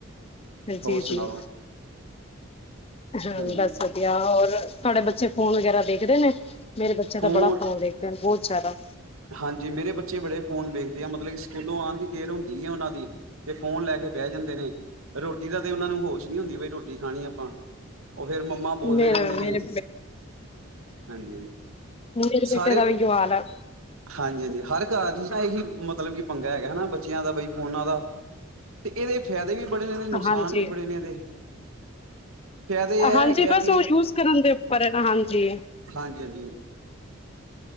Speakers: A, on the right; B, on the left.
A: ਹੋਰ
B: ਜੀ-ਜੀ।
A: ਸੁਣਾਓ
B: ਹਾਂ
A: ਹਾਂਜੀ
B: ਬਸ ਵਧੀਆ ਹੋਰ ਤੁਹਾਡੇ ਬੱਚੇ ਫੋਨ ਵਗੈਰਾ ਦੇਖਦੇ ਨੇ ਮੇਰੇ ਬੱਚਿਆਂ
A: ਫੋਨ
B: ਤਾਂ ਬੜਾ ਫ਼ੋਨ ਦੇਖਦੇ ਹਨ ਬਹੁਤ ਜ਼ਿਆਦਾ
A: ਹਾਂਜੀ ਮੇਰੇ ਬੱਚੇ ਬੜੇ ਫ਼ੋਨ ਵੇਖਦੇ ਆ ਮਤਲਬ ਕਿ ਸਕੂਲੋ ਆਉਣ ਦੀ ਦੇਰ ਹੁੰਦੀ ਹੈ। ਉਹਨਾਂ ਦੀ ਤੇ ਫੋਨ ਲੈ ਕੇ ਬਹਿ ਜਾਂਦੇ ਨੇ ਰੋਟੀ ਦਾ ਤੇ ਉਹਨਾ ਨੂੰ ਹੋਸ਼ ਨ ਹੁੰਦੀ ਬਈ ਰੋਟੀ ਖਾਣੀ ਆਪਾ ਉਹ ਫੇਿਰ ਮੰਮਾ ਬੋਲਦੇ
B: ਮੇਰੇ
A: ਰਹਿੰਦੇ ਨੇ
B: ਮੇਰੇ
A: ਹਾਂਜੀ
B: ਰੇ ਪਠੇ
A: ਸਾਰੇ
B: ਦਾ ਵੀਗੀ ਆਾਲ
A: ਹਾਂਜੀ ਹਾਂਜੀ ਹਰ ਘਰ ਦੀ ਨਾ ਇਹੀ ਮਤਲਬ ਕੀ ਪੰਗਾ ਹੈਗਾ ਹਨਾ ਬੱਚਿਆਂ ਦਾ ਬਈ ਫੋਨਾਂ ਦਾ ਤੇ ਇਹਦੇ ਫਾਇਦੇ ਵੀ ਬੜੇ ਨੇ ਇਹਦੇ ਨੁਕਸਾਨ
B: ਹਾਂਜੀ
A: ਵੀ ਬੜੇ ਨੇ ਇਹਦੇ ਫਾਇਦੇ ਇਹ
B: ਹਾਂਜੀ
A: ਹੈਗੇ ਆ
B: ਬਸ
A: ਕਿ
B: ਉਹ ਯੂਜ ਕਰਨ ਦੇ ਉਪਰ ਹੈ। ਨਾ ਹਾਂਜੀ
A: ਹਾਂਜੀ- ਹਾਂਜੀ